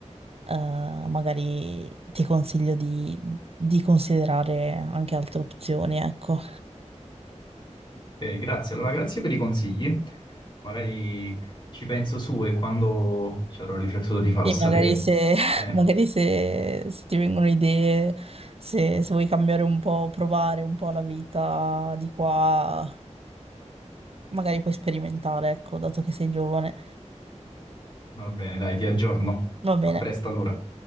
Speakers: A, on the right; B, on the left.
A: eh, magari ti consiglio di, di considerare anche altre opzioni, ecco.
B: Ok, grazie. Allora, grazie per i consigli. Magari ci penso su e quando ci avrò riflettuto ti farò
A: Sì,
B: sapere.
A: magari se,
B: Va bene,
A: <laughs> magari se, se ti vengono idee, se, se vuoi cambiare un po', provare un po' la vita di qua, magari puoi sperimentare, ecco, dato che sei giovane.
B: va bene, dai, ti aggiorno.
A: Va bene.
B: A presto allora.